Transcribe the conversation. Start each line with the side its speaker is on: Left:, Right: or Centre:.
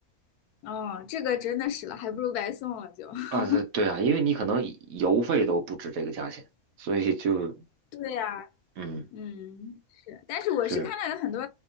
Left: 嗯，这个真的是了，还不如白送了就。<laughs>
Right: 啊，对对啊，因为你可能邮费都不止这个价钱，所以就
Left: 对呀、
Right: 嗯
Left: 嗯，是，但是我是看到有很多，
Right: 是